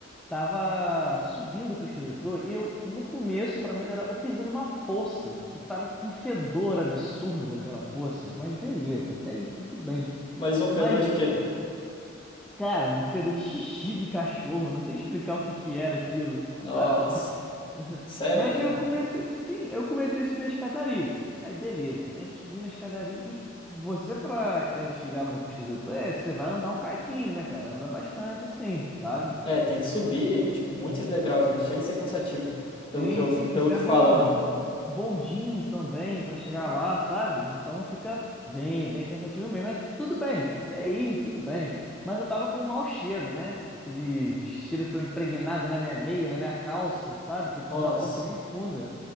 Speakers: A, in the centre; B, on the left.
A: Tava subindo o Cristo Redentor e eu, no começo, pra melhorar, eu pisei numa poça que tava com um fedor absurdo aquela poça. Mas beleza, até aí tudo bem.
B: Mais um fedor
A: Mas,
B: de quê?
A: cara, um fedor de xixi de cachorro, não sei explicar o que que era aquilo,
B: Nossa.
A: sabe? <laughs>
B: Sério,
A: Mas
B: cara?
A: eu comecei, sim, eu comecei a subir a escadaria. Aí, beleza, a gente subiu na escadaria e você, pra eh, chegar lá no Cristo Redentor, é, você vai andar um cadinho, né, cara? Anda bastante assim, sabe?
B: É, tem que subir, tipo, muitos degraus, né? Chega a ser cansativo, pelo
A: Sim,
B: que eu,
A: sim, você
B: pelo
A: pega
B: que falam,
A: o
B: né?
A: bondinho também pra chegar lá, sabe? Então fica bem, bem cansativo mesmo. É tudo bem, até aí, tudo bem. Mas eu tava com um mau cheiro, né? Aquele cheiro ficou impregnado na minha meia, na minha calça, sabe? Que eu pisei
B: Nossa,
A: numa poça bem funda.